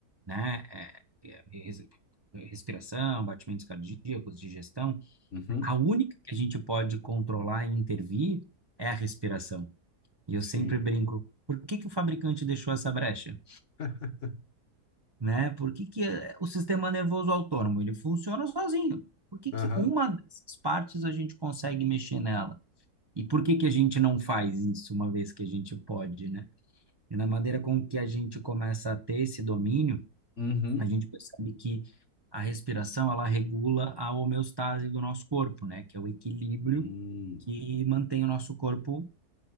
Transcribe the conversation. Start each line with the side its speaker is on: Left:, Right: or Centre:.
Right: né, é, é res- respiração, batimentos cardíacos, digestão,
Left: Uhum.
Right: a única que a gente pode controlar e intervir é a respiração. E eu
Left: Sim.
Right: sempre brinco, por que que o fabricante deixou essa brecha?
Left: <laughs>
Right: né? Por que que eh, o sistema nervoso autônomo, ele funciona sozinho? Por que
Left: Aham.
Right: que uma dessas partes a gente consegue mexer nela? E por que que a gente não faz isso uma vez que a gente pode, né? E na maneira com que a gente começa a ter esse domínio,
Left: Uhum.
Right: a gente percebe que a respiração, ela regula a homeostase do nosso corpo, né? Que é o equilíbrio
Left: Hum.
Right: que mantém o nosso corpo